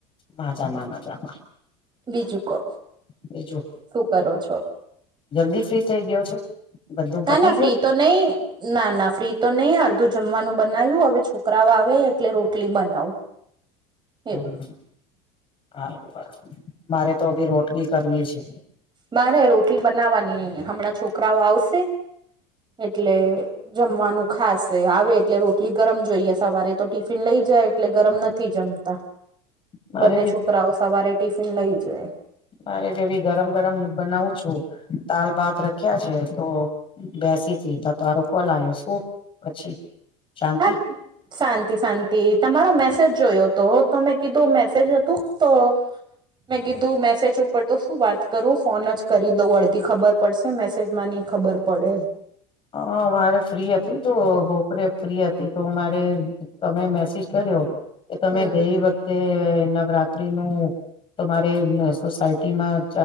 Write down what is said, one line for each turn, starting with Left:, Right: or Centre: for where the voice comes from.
Left: માજામાં મજામાં
Right: બીજું કો
Left: બીજું
Right: શું કરો છો
Left: જલ્દી ફ્રી થઇ ગયો છે બધું
Right: ના
Left: પતી
Right: ના ફ્રી
Left: ગયું
Right: તો નહી ના ના ફ્રી તો નહી અડધું જમવાનું બનાવ્યું હવે છોકરાઓ આવે એટલે રોટલી બનાવું
Left: હમ
Right: એવું
Left: સારું સાર મારે તો ભી રોટલી કરવી છે
Right: મારે રોટલી બનાવવાની હમણાં છોકરાઓ આવશે એટલે જમવાનું ખાસ આવે એટલે રોટલી ગરમ જોઈએ સવારે તો ટિફિન લઈ જાય એટલે ગરમ નથી જમતા
Left: મારે
Right: બંને
Left: બી
Right: છોકરાઓ સવારે ટિફિન લઈ જાય
Left: મારે કેવી ગરમ ગરમ બનાવું છું દાલ ભાત રખ્યા છે તો બેસીથી ત તરોો કોલ આવ્યો શું પછી શાંતિ
Right: હા શાંતિ શાંતિ તમારો મેસેજ જોયો હતો તો મેં કીધું મેસેજ હતું તો મેં કીધું મેસેજ ઉપર તો શું વાત કરું ફોન જ કરી દઉં અડધી ખબર પડશે મેસેજ માંની ખબર પડે
Left: હ મારે ફ્રી હતી તો બોપરેે ફ્રી હતી તો મારે તમે મેસેજ કર્યો કે
Right: હમ
Left: તમે ગઈ વખતે નવરાત્રી નું તો મારે સોસાયટીમાં